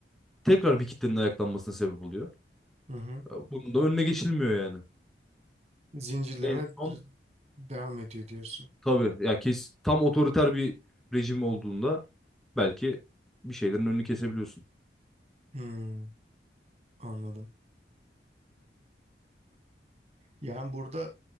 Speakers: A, in the centre; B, on the right (about 35°).
A: tekrar bir kitlenin ayaklanmasına sebep oluyor.
B: Hı hı.
A: Ya Bunun da önüne geçilmiyor yani.
B: Zincirleme
A: En son
B: d- devam ediyor diyorsun.
A: tabii ya kes tam otoriter bir rejim olduğunda belki bir şeylerin önünü kesebiliyorsun.
B: Hı. Anladım. Yani burada